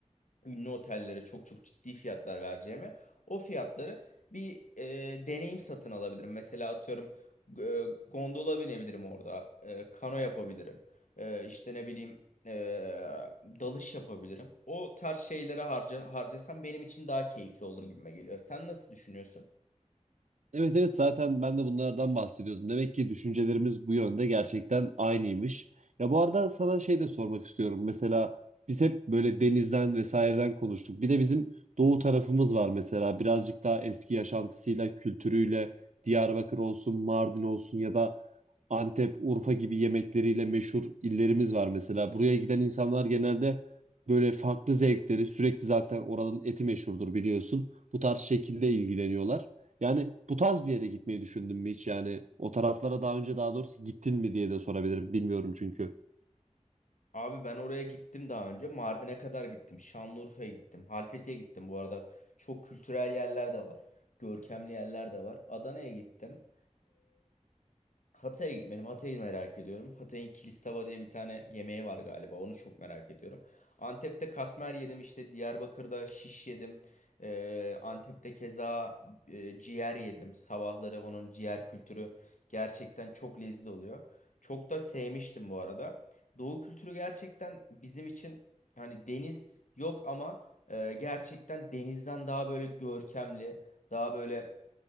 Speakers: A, on the left; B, on the right.
A: ünlü otellere çok çok ciddi fiyatlar vereceğime o fiyatları bir e, deneyim satın alabilirim. Mesela atıyorum e, gondola binebilirim orada, e, kano yapabilirim, e, işte ne bileyim e, dalış yapabilirim. O tarz şeylere harca, harcasam benim için daha keyifli olur gibime geliyor. Sen nasıl düşünüyorsun?
B: Evet evet zaten ben de bunlardan bahsediyordum. Demek ki düşüncelerimiz bu yönde gerçekten aynıymış. Ya bu arada sana şey de sormak istiyorum. Mesela biz hep böyle denizden vesaireden konuştuk. Bir de bizim doğu tarafımız var mesela. Birazcık daha eski yaşantısıyla, kültürüyle Diyarbakır olsun, Mardin olsun ya da Antep, Urfa gibi yemekleriyle meşhur illerimiz var mesela. Buraya giden insanlar genelde böyle farklı zevkleri, sürekli zaten oranın eti meşhurdur biliyorsun. Bu tarz şekilde ilgileniyorlar. Yani bu tarz bir yere gitmeyi düşündün mü hiç? Yani o taraflara daha önce daha doğrusu gittin mi diye de sorabilirim. Bilmiyorum çünkü.
A: Abi ben oraya gittim daha önce. Mardin'e kadar gittim. Şanlıurfa'ya gittim. Halfeti'ye gittim bu arada. Çok kültürel yerler de var. Görkemli yerler de var. Adana'ya gittim. Hatay'a gitmedim. Hatay'ı merak ediyorum. Hatay'ın Kilistava diye bir tane yemeği var galiba. Onu çok merak ediyorum. Antep'te katmer yedim işte. Diyarbakır'da şiş yedim. Ee, Antep'te keza e, ciğer yedim. Sabahları onun ciğer kültürü gerçekten çok lezzetli oluyor. Çok da sevmiştim bu arada. Doğu kültürü gerçekten bizim için hani deniz yok ama e, gerçekten denizden daha böyle görkemli, daha böyle